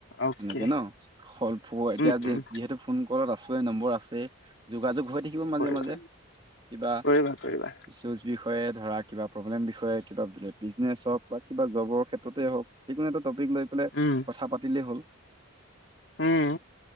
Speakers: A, on the left; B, on the right.
A: অকে
B: এনেকে ন, <unintelligible> এতিয়া
A: উম উম
B: যিহেতু ফোন ক'লত আছোৱে নম্বৰ আছেই যোগাযোগ হৈ থাকিব মাজে,
A: কৰিবা
B: মাজে কিবা
A: কৰিবা কৰিবা
B: ইছুজ বিষয়ে ধৰা কিবা প্ৰব্লেম বিষয়ে, কিবা বোলে বিজনেছ হওঁক বা কিবা জবৰ ক্ষেত্ৰতেই হওঁক যিকোনো এটা টপিক লৈ পেলাই
A: উম
B: কথা পাতিলেই হ'ল
A: উম।